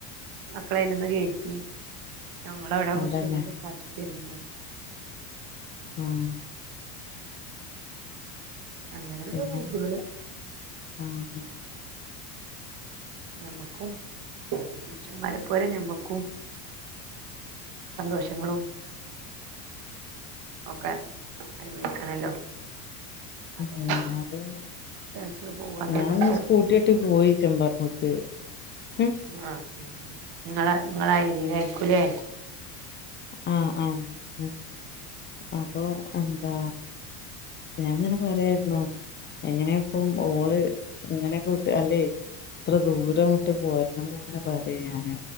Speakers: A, on the right; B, on the left.
A: മക്കളയ്ലൊന്ന് കയറ്റി ഞങ്ങളവടെ കൊറച്ചേരം
B: അതന്നെ
A: സംസാരി <unintelligible>
B: ആഹ്
A: അങ്ങനെ
B: പിന്നെ
A: ഓരോ വൈബുകള്
B: ആഹ്
A: ഞമ്മക്കും പുരുഷന്മാരെ പോലെ ഞമ്മക്കും സന്തോഷങ്ങളും ഒക്കെ അനുഭവിക്കണല്ലോ അപ്പൊ
B: ഉം
A: അങ്ങനെ
B: അതന്നെ
A: ഫ്രണ്ട്സില് പോവാന്ന്
B: ഞാൻ
A: പറഞ്ഞപ്പോ
B: ഒന്ന് സ്കൂട്ടിഓട്ടി പോയി ചെമ്പാറമക്ക് <unintelligible>
A: ആ ആഹ് ആഹ് ഇങ്ങളെ ഇങ്ങളെ ആ ഏരിയേലായിരിക്കൂല്ലേ?
B: ആഹ് ആഹ് മ് അപ്പൊ എന്താ ഞാനങ്ങനെ പറയാരുന്നു എങ്ങനെ അപ്പം ഓള് ഇങ്ങനെക്കൂട്ട് അല്ലെ എത്ര ദൂരം മുട്ടി പോരണംന്ന് ഇങ്ങന പറ പറേ ഞാന്